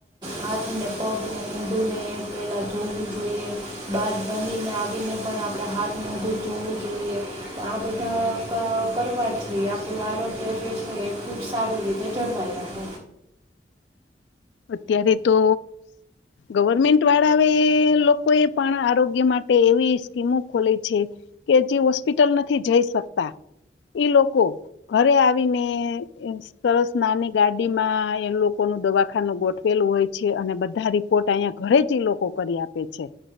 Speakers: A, on the right; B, on the left.
A: હાથ, ને પગને <unintelligible> પહેલાં ધોવું જોઈએ, બાદ રમીને આવીને પણ આપણે હાથ મોઢું ધોવું જોઈએ. તો આ બધા <unintelligible> કરવા જ જોઈએ. તો આરોગ્ય જે છે એ ખૂબ સારી રીતે જળવાય રહે.
B: અત્યારે તો ગવર્મેન્ટ વાળાવે એ લોકો એ પણ આરોગ્ય માટે એવી સ્કીમો ખોલે છે કે જે હોસ્પિટલ નથી જઈ શકતા ઈ લોકો ઘરે આવી ને સરસ નાની ગાડી માં એ લોકો નો દવાખા ખાનું ગોઠવેલું હોય છે, અને બધા રિપોર્ટ અહીયાં ઘરે જ ઈ લોકો કરી આપે છે.